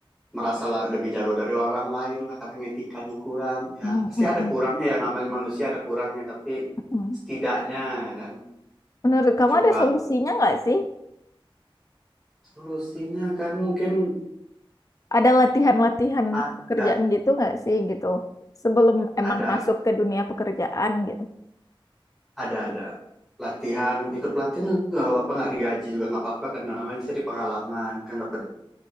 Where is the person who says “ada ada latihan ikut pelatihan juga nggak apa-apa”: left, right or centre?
Centre